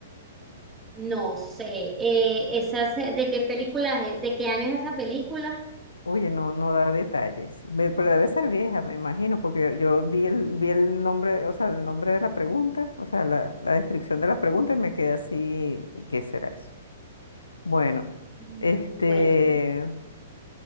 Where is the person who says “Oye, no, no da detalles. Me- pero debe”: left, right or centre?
Left